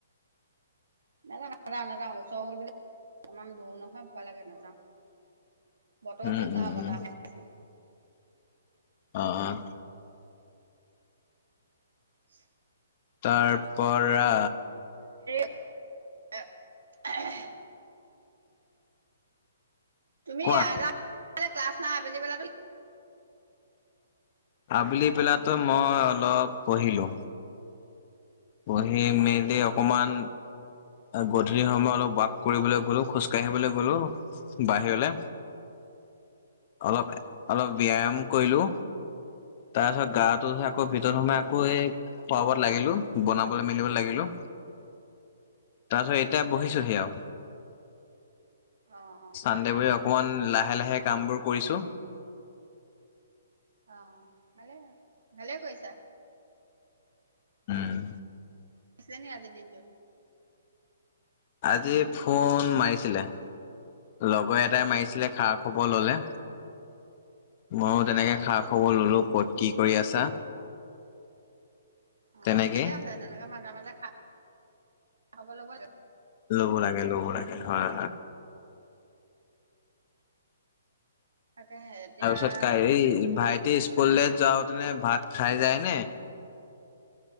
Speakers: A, on the right; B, on the left.
A: নযা নাযাওঁ নাযাওঁ ওচৰ হল বুলি অকমান দূৰ নহয় ভয় লাগে নাযাওঁ বতৰো
B: উম
A: ঠিক
B: উম
A: নহয়
B: উম
A: বতাহ মাৰি আছে
B: অ'।
A: <inaudible>
B: তাৰ পৰা
A: এ তুমি
B: কোৱা
A: ক্লাছ নাই আবেলি বেলাতো
B: আবেলি বেলাতো মই অলপ পঢ়িলো। বহি মেলি
A: ভাল
B: অকমান
A: কৰিলা
B: গধূলি সময় অলপ বাক কৰিবলৈ গলো খোজকাাঢ়িবলৈ গলো বাহিৰলৈ অলপ অলপ ব্যায়াম কৰিলো তাৰ পিছত গাতো ধূই আকৌ ভিতৰত
A: অ
B: সোমাই আকৌ এই খোৱা বোৱাত লাগিলো বনাবলে মেলিব লাগিলো তাৰপিছত
A: অ
B: এতিয়া
A: ভাল কৰিলা
B: বহিছোহি
A: অ
B: আও
A: অ অ
B: চান্দে
A: পঢ়া
B: বোলি অকমান লাহে লাহে কাম বোৰ কৰিছো
A: অ ভালে ভালে কৈছা
B: উম
A: আছে নি আজি দিনটো
B: আজি ফোন মাৰিছিলে লগৰ এটা টাই মাৰিছিলে খা
A: অ
B: খবৰ ললে মইয়ো তেনেকে খা খবৰ ললো ক'ত কি কৰি আছা
A: অ',
B: তেনেকে
A: ঠিকে আছে তেনেকে মাজে মাজে খাব ল'ব
B: ল'ব লাগে ল'ব লাগে হয় হয়।
A: তাকেহে এতিয়া
B: তাৰপিছত ক ভাইটি স্কুললৈ যাওতেনে ভাত খাই যায়নে